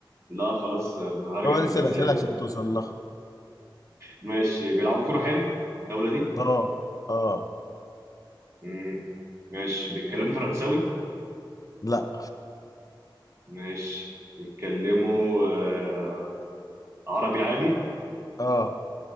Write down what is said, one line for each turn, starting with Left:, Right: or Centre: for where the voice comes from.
Right: لا خلاص آه، هرجع
Left: هو لسه
Right: في الجزائر
Left: الاسئله عشان
Right: دي
Left: توصل لها
Right: ماشي بيلعبوا كرة حلو الدولة دي
Left: اه اه
Right: مم. ماشي بيتكلموا فرنساوي
Left: لا
Right: ماشي بيتكلموا آه، عربي عادي
Left: اه